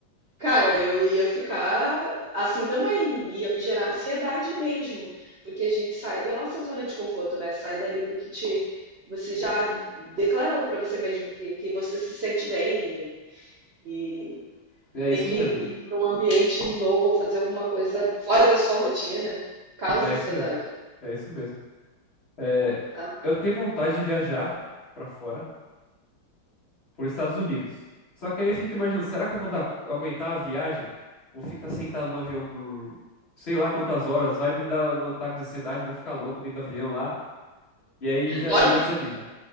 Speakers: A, on the right; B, on the left.
A: Cara, eu ia ficar assim também, ia me gerar ansiedade mesmo, porque a gente sai da nossa zona de conforto, né? Sai dali do que te, você já declarou para você mesmo que, que você se sente bem e,
B: É
A: e ter
B: isso
A: que
B: mesmo.
A: ir para um ambiente novo ou fazer alguma coisa fora da sua rotina causa
B: É isso
A: ansiedade.
B: mesmo. É isso mesmo. É,
A: Causa-
B: eu tenho vontade de viajar pra fora. por Estados Unidos. Só que aí eu fico imaginando, será que eu vou dar, aguentar a viagem? Vou ficar sentado no avião por sei lá quantas horas, vai me dar um ataque de ansiedade, vou ficar louco dentro do avião lá, e aí já,
A: Dorme?
B: já desanima.